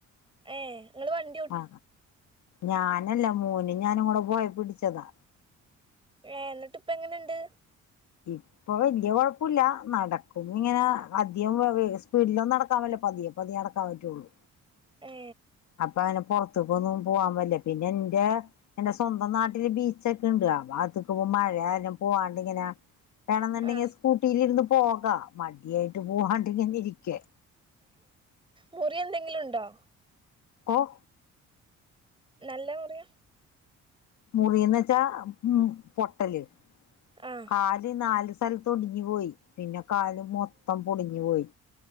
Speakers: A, on the right; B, on the left.
A: ഏഹ് നിങ്ങൾ വ
B: ആ ഞാനല്ല മോനും ഞാനു ങ്ങുടെ പോയപ്പോ ഇടിച്ചതാ
A: എന്നിട്ട് ഇപ്പ എങ്ങനെയുണ്ട്
B: ഇപ്പ അപ്പൊ വല്യ കുഴപ്പുല്ല നടക്കും ഇങ്ങനെ അധികം സ്പീഡിലൊന്നും നടക്കാൻ പറ്റില്ല പതിയെ പതിയടക്കാൻ പറ്റുള്ളൂ
A: ഏ
B: അപ്പൊ അങ്ങനെ പൊർത്ത്കൊന്നും പോവാൻ പല്ല പിന്നെ ഇന്റെ എന്റെ സ്വന്തം നാട്ടില് ബീച്ചൊക്കെ ഉണ്ട് അവ അത്ക്ക്‌ പോം മഴയാര്നം പോവാണ്ട് ഇങ്ങനെ വേണെന്നുണ്ടെങ്കിൽ
A: ആ
B: സ്കൂട്ടിലിരുന്ന് പോകാം മടിയായിട്ട് പോവാണ്ട് ഇങ്ങനെ ഇരിക്കേ
A: മുറി എന്തെങ്കിലും ഉണ്ടോ
B: ഓഹ്
A: നല്ല മുറിയ
B: മുറിന്ന് വെച്ചാ പൊട്ടല്
A: ആ
B: കാ ല് നാല് സ്ഥലത്ത് ഒടിഞ്ഞു പോയി പിന്നെ കാല് മൊത്തം പൊടിഞ്ഞു പോയി